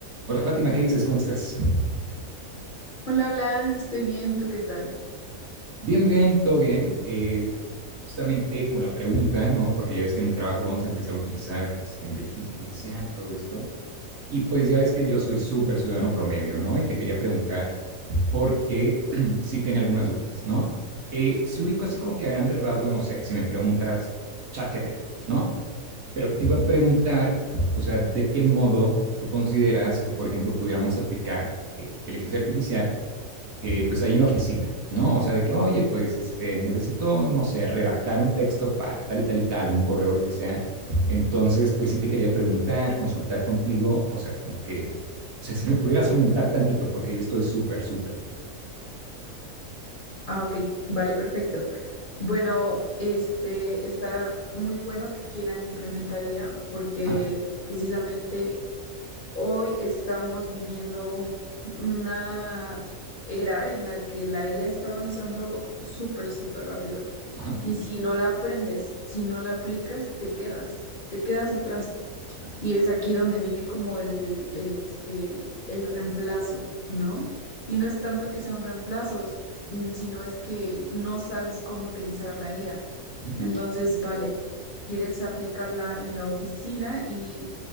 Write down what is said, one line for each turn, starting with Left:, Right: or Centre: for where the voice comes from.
Right: Hola Fátima, ¿qué dices? ¿Cómo estás?
Left: Hola, hola, estoy bien, ¿tú qué tal?
Right: Bien, bien, todo bien. Eh, justamente con la pregunta, ¿no? Porque ya ves que en mi trabajo vamos a empezar a utilizar este, inteligencia artificial, todo esto. Y pues ya ves que yo soy súper ciudadano promedio, ¿no? Y te quería preguntar porque <clears throat> sí tenía algunas dudas, ¿no? Eh, si ubico así como que a grandes rasgos, no sé, si me preguntas ChatGPT, ¿no? Pero te iba a preguntar, o sea, ¿de qué modo tú consideras que, por ejemplo, pudiéramos aplicar eh, inteligencia artificial? eh, pues ahí en la oficina, ¿no? O sea, de que, oye, pues este, necesito, no sé, redactar un texto para tal y tal y tal, un correo, lo que sea. Entonces, pues sí te quería preguntar, consultar contigo, o sea, como que, o sea, si me pudieras orientar tantito, porque yo estoy súper, súper.
Left: Ah, ok, vale, perfecto. Bueno, este está muy bueno que quieran implementar IA porque
Right: Ajá,
Left: precisamente hoy estamos viviendo una era en la que la IA está avanzando súper, súper rápido.
Right: ajá,
Left: Y si no la aprendes, si no la aplicas, te quedas, te quedas atrás.
Right: claro,
Left: Y es aquí donde viene como el, este, el, el reemplazo, ¿no? Y no es tanto que sea un reemplazo, s- mm, sino es que no sabes cómo utilizar la IA.
Right: ujú,
Left: Entonces, vale, quieres aplicarla en la oficina y